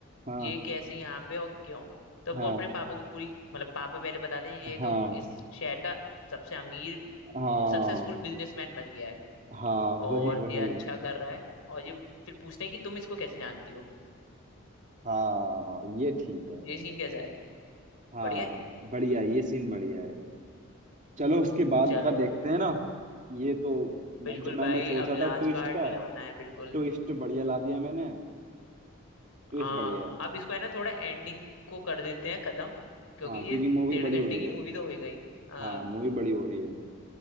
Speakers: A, on the right; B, on the left.
A: हाँ
B: ये कैसे यहाँ पे और क्यों तो वो
A: हाँ
B: अपने पापा को पूरी मतलब पापा पहले बताते हैं ये तो
A: हाँ
B: इस शहर का सबसे अमीर
A: हाँ
B: सक्सेसफुल बिजनेसमैन बन गया है
A: हाँ
B: और
A: वही वही
B: ये अच्छा कर रहा है और ये फिर पूछते हैं कि तुम इसको कैसे जानती हो
A: हाँ ये ठीक है
B: ये सीन कैसा है
A: हाँ
B: बढ़िया है
A: बढ़िया है, ये सीन बढ़िया है चलो उसके बाद
B: चलो
A: का देखते हैं ना ये तो
B: बिल्कुल
A: मैं जो मैंने
B: भाई
A: सोचा
B: अब लास्ट
A: था ट्विस्ट
B: पार्ट
A: का
B: लाना है बिल्कुल
A: ट्विस्ट बढ़िया ला दिया मैंने ट्विस्ट
B: आ,
A: बढ़िया है
B: अब इसको है ना थोड़ा एंडिंग को कर देते हैं खत्म क्योंकि
A: हाँ क्योंकि
B: ये
A: मूवी
B: डेढ़
A: बड़ी
B: घंटे
A: हो रही
B: की
A: है
B: मूवी तो हो ही गई आ,
A: हाँ मूवी बड़ी हो रही है